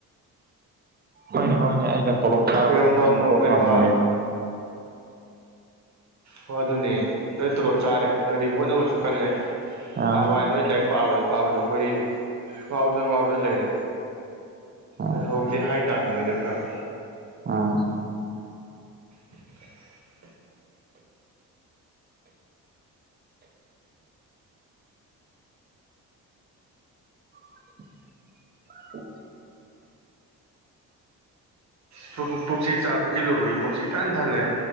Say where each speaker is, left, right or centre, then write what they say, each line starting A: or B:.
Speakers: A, on the right; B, on the right.
A: ꯍꯣꯏꯅꯦ ꯍꯣꯏꯅꯦ ꯑꯩꯅ ꯇꯣꯂꯣꯞ ꯆꯥꯕꯅꯤꯅ
B: ꯏꯔꯣꯟꯕ
A: ꯑꯩꯅ
B: ꯃꯣꯔꯣꯛ
A: ꯀꯣꯛ
B: ꯃꯦꯠꯄ
A: ꯉꯝꯃꯒꯦ
B: ꯍꯣ ꯑꯗꯨꯅꯦ ꯅꯣꯏ ꯇꯣꯂꯣꯞ ꯆꯥꯔꯦ ꯅꯣꯏꯗꯤ ꯍꯣꯠꯅꯕꯁꯨ ꯀꯜꯂꯦ
A: ꯑꯥ
B: ꯅꯍꯥꯟꯋꯥꯏ ꯅꯣꯏ ꯂꯥꯏꯔꯤꯛ ꯄꯥꯕꯗ ꯄꯥꯕꯗꯣ ꯑꯩꯈꯣꯏꯗꯤ ꯉꯥꯎꯗ ꯉꯥꯎꯗ ꯂꯩꯔꯦ
A: ꯑꯥ
B: ꯑꯦ ꯍꯧꯛꯇꯤ ꯍꯥꯏꯇꯥꯝꯅꯤ ꯅꯣꯏꯗ ꯈꯔ
A: ꯑꯥ
B: <inaudible>
A: <inaudible>
B: ꯄꯔꯨ ꯄꯔꯨꯛ ꯄꯨꯛꯁꯤ ꯆꯥ ꯊꯛꯆꯜꯂꯨꯕꯒꯤ ꯄꯨꯛꯁꯤ ꯏꯊꯟ ꯊꯜꯂꯦ